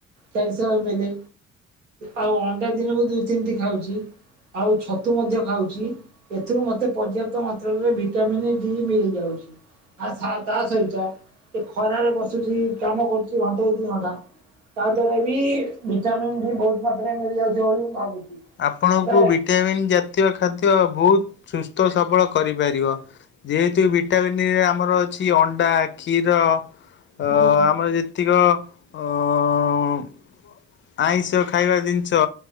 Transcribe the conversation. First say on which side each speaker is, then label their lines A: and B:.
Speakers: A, on the right (about 75°); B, on the left (about 30°).
A: ଭିଟାମିନ ଡି ଜାତୀୟ ଖାଦ୍ୟ ମୁଁ ଖୀର ଦିନକୁ ପିଉଛି ତିନିଶହ ଏକ୍ ଶ ଏମିଲି ଆଉ ଅଣ୍ଡା ଦିନକୁ ଦୁଇ ତିନିଟି ଖାଉଛି। ଆଉ ଛତୁ ମଧ୍ୟ ଖାଉଛି। ଏଥିରୁ ମୋତେ ପର୍ଯ୍ୟାପ୍ତ ମାତ୍ରାରେ ଭିଟାମିନ୍ ଡି ମିଳିଯାଉଛି। ଆ ତା ସହିତ ଏ ଖରାରେ ବସୁଛି କାମ କରୁଛି ଘଣ୍ଟେ ଦି ଘଣ୍ଟା ତା ଦ୍ଵାରା ବି ଭିଟାମିନ୍ ବି ବହୁ ମାତ୍ରାରେ ମିଳିଯାଉଛି ବୋଲି ମୁଁ ଭାବୁଛି।
B: ଆପଣଙ୍କୁ
A: ମତେ
B: ଭିଟାମିନ୍ ଜାତୀୟ ଖାଦ୍ୟ ବହୁତ ସୁସ୍ଥ ସବଳ କରିପାରିବ ଯେହେତୁ ଭିଟାମିନ୍ ଡି ଆମର ଛି ଅଣ୍ଡା କ୍ଷୀର ଅ
A: ହୁଁ
B: ଆମର ଯେତିକ ହଁ। ଆଇଁଷ ଖାଇବା ଦିନିଷ